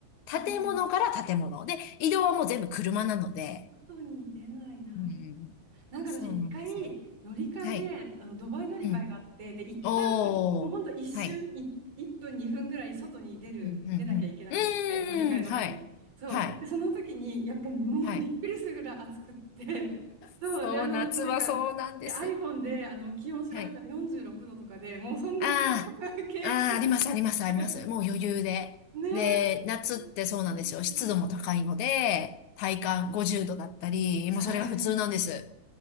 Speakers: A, on the right (about 60°); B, on the left (about 80°).
A: はい。
B: う、建物から建物。で、移動はもう全部車なので、
A: あ外に出ない。なる
B: うん、
A: なんか私一回
B: そうなんですよ。
A: 乗り換えで、
B: はい。
A: あの、ドバイ乗り換えがあって、
B: うん
A: で、一旦、
B: おー、
A: もうほんと一瞬、
B: はい。
A: い、1分2分ぐらい外に出る、
B: うん、うん、
A: 出なきゃいけなくって、
B: うん。
A: 乗り換えの時に。
B: うーん、はい。
A: そう。
B: はい。
A: で、その時に、やっぱもうびっくりするぐらい暑くって、
B: はい。
A: そう。
B: そう、
A: で、あの、
B: 夏はそうなんです。
A: なんか、で iPhone で、あの、気温調べたら46度とかで、
B: はい。
A: もうそんな
B: ああ、
A: <laughs> 経験
B: ああ、あります、あります、
A: がない。
B: あります。もう余裕で。
A: ねえ、
B: で、夏ってそうなんですよ。
A: ちょっとびっくりして。
B: 湿度も高いので、体感50度だったり、もうそれが普通なんです。
A: はい。